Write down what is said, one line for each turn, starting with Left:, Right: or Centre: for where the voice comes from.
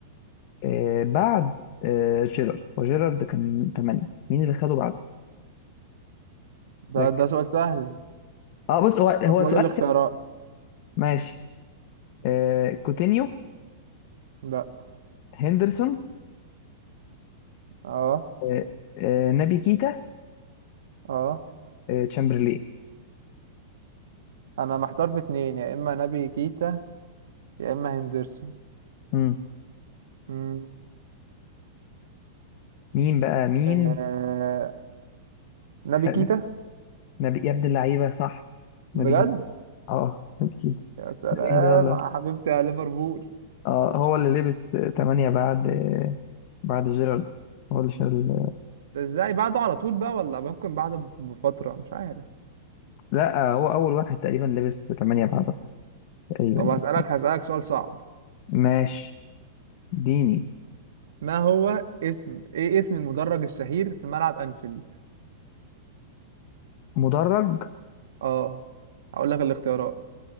Left: آه بعد آه جيرارد وجيرارد كان 8 مين اللي خده بعده
Right: ده
Left: ركز
Right: ده سؤال سهل
Left: اه بص هو هو
Right: طب وايه
Left: سؤال
Right: الاختيارات
Left: ماشي آه كوتينيو
Right: لا
Left: هندرسون
Right: اه
Left: آه آه نبي كيتا
Right: اه
Left: آه تشامبرلين
Right: انا محتار في اتنين يا اما نبي كيتا يا اما هندرسون
Left: مم.
Right: مم.
Left: مين بقى مين
Right: آه... نبي
Left: خ...
Right: كيتا
Left: نبي يا ابن اللعيبة صح
Right: بجد
Left: نبي كيتا اه نبي كيتا
Right: يا سلام
Left: نبي كيتا يلا
Right: يا حبيبتي يا ليفربول
Left: اه هو اللي لبس آه، تمانية بعد آه بعد جيرارد هو اللي شال
Right: ده ازاي بعده على طول بقى ولا ممكن بعده بفترة مش عارف
Left: لا آه هو أول واحد تقريبا لبس تمانية بعد تقريبا
Right: طب
Left: يعني
Right: هسألك هسألك سؤال صعب
Left: ماشي ديني
Right: ما هو اسم ايه اسم المدرج الشهير في ملعب انفيلد
Left: مدرج
Right: اه هقول لك الاختيارات